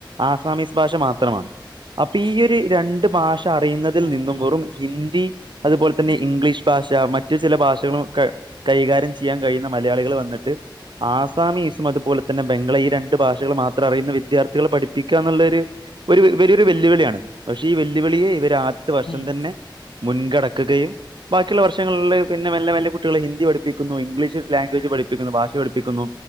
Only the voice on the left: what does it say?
ഉം
ഉം
ഉം ഉം